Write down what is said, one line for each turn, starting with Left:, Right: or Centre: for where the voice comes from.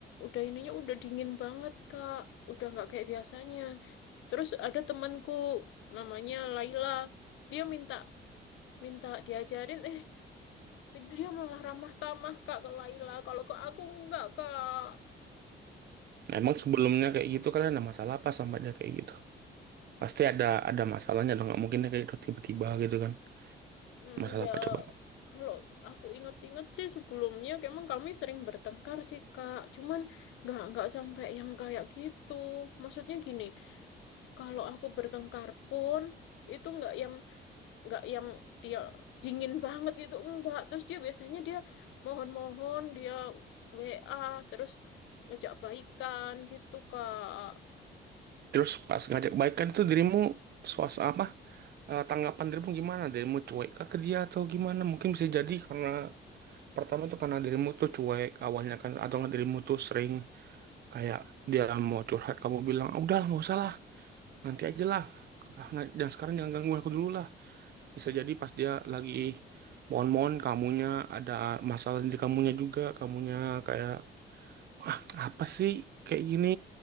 Left: udah ininya udah dingin banget, Kak. Udah nggak kayak biasanya. Terus ada temanku namanya Laila. Dia minta minta diajarin eh dia malah ramah tamah Kak ke Laila. Kalau ke aku enggak, Kak.
Right: emang sebelumnya kayak gitu kalian ada masalah apa sama dia kayak gitu? Pasti ada ada masalahnya dong, nggak mungkin dia kayak gitu tiba-tiba gitu kan.
Left: Hmm,
Right: Masalah
Left: ya
Right: apa coba?
Left: kalau aku inget-inget sih sebelumnya emang kami sering bertengkar sih, Kak. Cuman nggak nggak sampai yang kayak gitu. Maksudnya gini, kalau aku bertengkar pun itu nggak yang nggak yang dia dingin banget gitu enggak terus dia biasanya dia mohon-mohon dia WA terus ngejak baikan gitu Kak
Right: Terus pas ngajak baikan itu dirimu suas apa? Eh, tanggapan dirimu gimana? Dirimu cuek kah ke dia atau gimana? Mungkin bisa jadi karena pertama tuh karena dirimu tuh cuek awalnya kan atau nggak dirimu tuh sering kayak dia mau curhat kamu bilang, "Ah, udah nggak usah lah, nanti aja lah. Ah, nah, jangan sekarang jangan gangguin aku dulu lah. Bisa jadi pas dia lagi mohon-mohon kamunya ada masalah di kamunya juga, kamunya kayak ah, apa sih kayak gini?